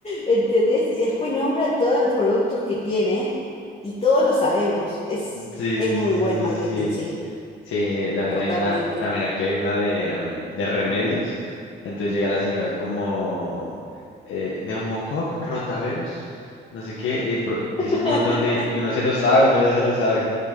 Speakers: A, on the left; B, on the left.
A: ¿entendés? Y después nombra todos los productos que tiene y todos lo sabemos. Es,
B: Sí,
A: es
B: sí,
A: muy
B: sí, sí,
A: buen
B: sí,
A: marketing,
B: sí,
A: sí,
B: sí. Sí, también
A: totalmente.
B: hay una, también aquí hay una de, em, de remedios. Entonces llega la señora como eh, neumococ, rotavirus, no sé qué, y pro- dice
A: <laughs>
B: un montón de, y uno se lo sabe, uno ya se lo sabe.